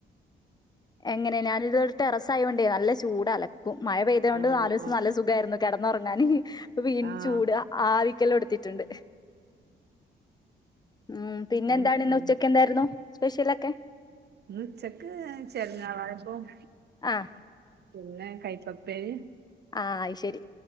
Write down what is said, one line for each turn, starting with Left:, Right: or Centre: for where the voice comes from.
Left: എങ്ങനെ ഞാനിതൊരു ടെറസ് ആയോണ്ടേ നല്ല ചൂടാല മഴ പെയ്തോണ്ട്
Right: ആഹ് ആഹ്
Left: നാലൂസം
Right: ആഹ്
Left: നല്ല സുഖായിരുന്നു കെടന്നുറങ്ങാന് ഇപ്പ വീണ്ടും
Right: ആഹ്
Left: ചൂട് ആവി ക്കലോടുത്തിട്ടുണ്ട് മ് പിന്നെന്താണ്
Right: അതും
Left: ഇന്നുച്ചക്കെന്തായിരുന്നു?
Right: ഉം
Left: സ്പെഷ്യലൊക്കെ?
Right: ന്ന് ഉച്ചക്ക് ചെരങ്ങാ താളിപ്പും
Left: ആഹ്
Right: പിന്നെ കൈപ്പപ്പേരി
Left: ആ അത്‌ ശരി